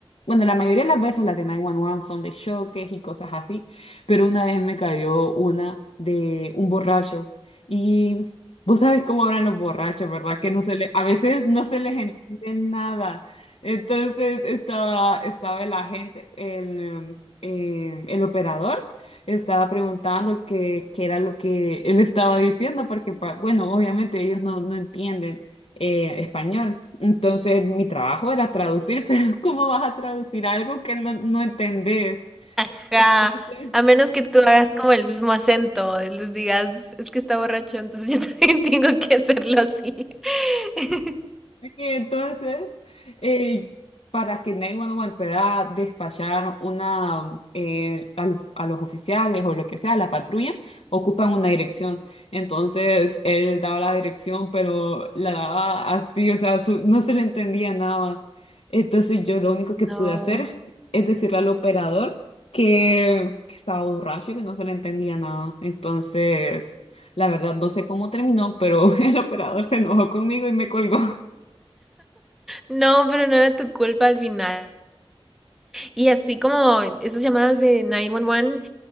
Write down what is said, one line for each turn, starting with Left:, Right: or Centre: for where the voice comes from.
Left: bueno, la mayoría de las veces las de 911 son de choques y cosas así pero una vez me cayó una de un borracho y vos sabes cómo hablan los borrachos, ¿verdad? Que no se le, a veces no se les entiende nada. Entonces estaba, estaba el agente, el, eh, el operador, estaba preguntando qué, qué era lo que él estaba diciendo, porque, pa- bueno, obviamente ellos no, no entienden eh, español. Entonces mi trabajo era traducir, <laughs> pero ¿cómo vas a traducir algo que no, no entendés?
Centre: Ajá,
Left: Entonces...
Centre: a menos que tú hagas como el mismo acento, les digas, es que está borracho, entonces yo <laughs> también tengo que hacerlo así. <laughs>
Left: <laughs> Y entonces, eh, para que 911 pueda despachar una, eh, a, lo- a los oficiales o lo que sea, la patrulla, ocupan una dirección. Entonces, él daba la dirección, pero la daba así, o sea, su- no se le entendía nada. Entonces, yo lo único
Centre: No,
Left: que pude hacer es decirle al operador que, que estaba borracho y que no se le entendía nada. Entonces, la verdad, no sé cómo terminó, pero <laughs> el operador se enojó conmigo y me colgó.
Centre: no, pero no era tu culpa al final. Y así como esas llamadas de 911,